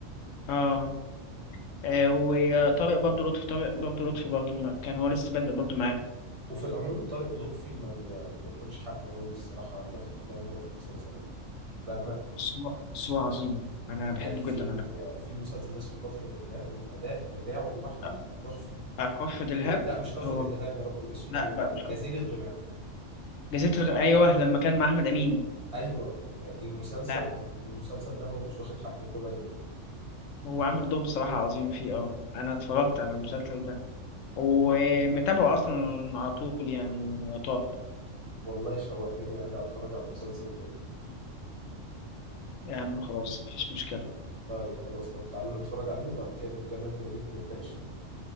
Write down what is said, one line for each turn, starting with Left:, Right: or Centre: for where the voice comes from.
Left: آه آه، وطارق برضه لطفي طارق برضه لطفي برضه ما- كان هو لسه بادئ برضه معاهم
Right: وفي العموم طارق لطفي ما بي... ما بياخدش حقه قوي الصراحة لا في أفلام ولا في مسلسلات بأمانة
Left: بس هو بس هو عظيم أنا بحبه
Right: يعني في
Left: جدا أنا
Right: في مسلسل اسمه كفر دلهاب الأداء بتاعه لوحده
Left: آه،
Right: تحفة
Left: آه، كفر دلهاب
Right: لا مش كفر
Left: هو
Right: دلهاب يا ربي اسمه
Left: لا بقى مش
Right: جزيرة
Left: كفر
Right: غمام
Left: جزيرة الغم أيوه لما كان مع أحمد أمين
Right: أيوة المسلسل
Left: لا
Right: المسلسل ده هو مش واخد حقه بربع جنيه
Left: هو عامل دور بصراحة عظيم فيه أه أنا اتفرجت على المسلسل ده ومتابعه أصلا على طول يعني طارق
Right: والله شوقتني أرجع أتفرج على المسلسل تاني
Left: يا عم خلاص مفيش مشكلة
Right: طيب خلاص طب تعالى نتفرج عليه وبعد كده نتكلم بالليل نتناقش فيه